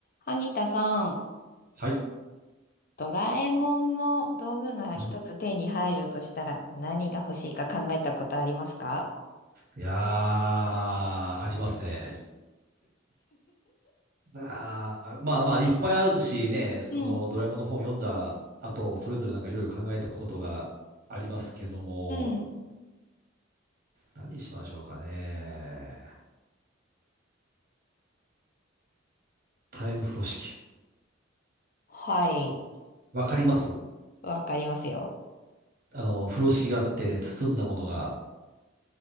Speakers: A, on the left; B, on the right.
A: 萩田さん、
B: はい。
A: ドラえもんの道具が一つ手に入るとしたら何が欲しいか考えたことありますか
B: うん。いやー、ありますね。あーまあまあ、いっぱいあるしね、そのドラえもんの本を読んだ後、
A: うん、
B: それぞれなんかいろいろ考えたことがありますけども、
A: うん。
B: 何にしましょうかね。タイム風呂敷。
A: はい、
B: わかります
A: わかりますよ。
B: あの、風呂敷があって、包んだものが